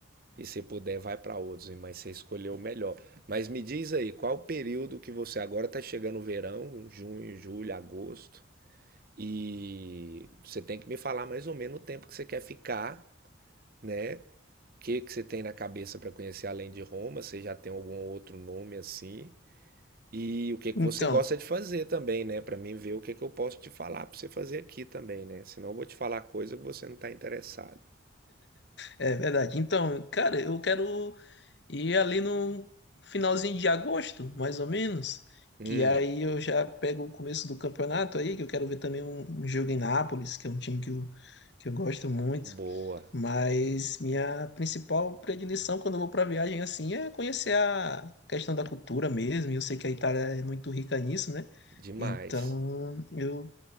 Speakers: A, on the right; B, on the left.
A: e se puder vai pra outros, mas você escolheu o melhor. Mas me diz aí, qual o período que você agora tá chegando o verão, junho, julho, agosto? E você tem que me falar mais ou menos o tempo que você quer ficar, né? O que que você tem na cabeça para conhecer além de Roma? Você já tem algum outro nome assim? E o que que
B: Então,
A: você gosta de fazer também, né? Para mim ver o que que eu posso te falar para você fazer aqui também, né? Senão eu vou te falar coisa que você não está interessado.
B: é verdade. Então, cara, eu quero E ali no finalzinho de agosto, mais ou menos,
A: Hum,
B: que aí eu já pego o começo do campeonato aí, que eu quero ver também um, um jogo em Nápoles, que é um time que eu, que eu gosto muito.
A: boa,
B: Mas minha principal predileção quando eu vou para viagem assim é conhecer a questão da cultura mesmo. E eu sei que a Itália é muito rica nisso, né?
A: demais.
B: Então eu